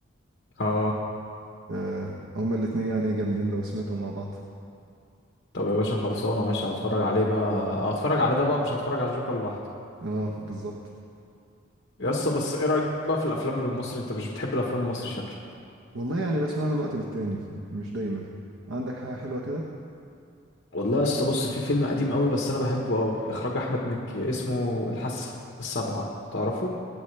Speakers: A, on the left; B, on the right.
A: اه
B: ف- هما الاتنين يعني إيه جامدين لو سمعتهم مع بعض
A: طب يا باشا خلصانه ماشي هتفرج عليه بقى هتفرج على ده بقى مش هتفرج على الجوكر لوحده
B: اه بالظبط
A: يا اسطى بس ايه رايك بقى في الافلام المصري انت مش بتحب الافلام المصري شكلك
B: والله يعني بسمع من وقت للتاني مش دايما عندك حاجة حلوة كده
A: والله لسه بص في فيلم قديم قوي بس انا بحبه قوي اخراج احمد مكي اسمه الحاسه السابعه تعرفه